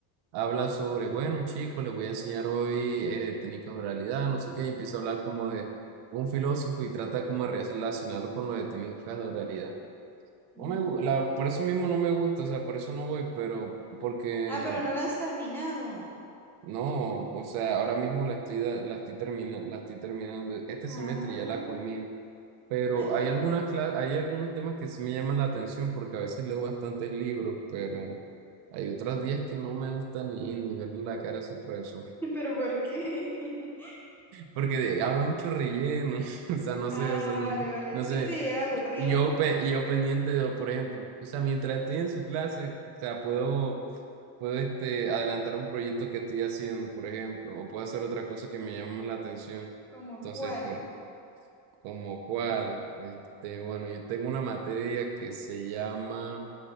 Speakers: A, on the right; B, in the centre.
A: habla sobre, bueno, chicos, les voy a enseñar hoy eh, técnicas de oralidad, no sé qué, y empieza a hablar como de un filósofo y trata como de relacionarlo con lo de técnicas de oralidad.
B: Mm.
A: No me, gu- la, por eso mismo no me gusta, o sea, por eso no voy, pero porque
B: Ah, pero no la has terminado.
A: No, o sea, ahora mismo la estoy, da- la estoy terminando, la estoy terminando. Este
B: Ah,
A: semestre ya la culmino, pero
B: ah,
A: hay algunas cla- hay algunos temas que sí me llaman la atención porque a veces leo bastantes libros, pero hay otros días que no me gusta ni, ni verle la cara a ese profesor,
B: <laughs> pero ¿por qué? <laughs>
A: porque de- habla mucho relleno, <laughs> o sea, no
B: Ah,
A: sé, o sea, n-
B: vale, vale.
A: no
B: Sí
A: sé,
B: que sí, era aburrido,
A: y yo,
B: ¿no?
A: pe- y yo pendiente de, por ejemplo, o sea, mientras estoy en su clase, o sea, puedo Puedo este, adelantar un proyecto que estoy haciendo, por ejemplo, o puedo hacer otra cosa que me llame más la atención.
B: ¿Como
A: Entonces,
B: cuál?
A: por como cuál, este, bueno, yo tengo una materia que se llama,